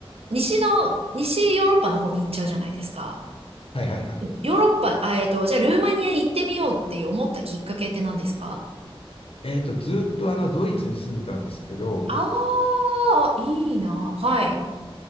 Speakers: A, on the right; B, on the left.
A: 西の、西ヨーロッパの方に行っちゃうじゃないですか。うん
B: はいはいはい。
A: ヨーロッパ、あ、えっと、じゃあルーマニアに行ってみようって思ったきっかけって何ですか
B: えっと、ずっとあの、ドイツに住んでたんですけど、
A: ああー、いいな。はい。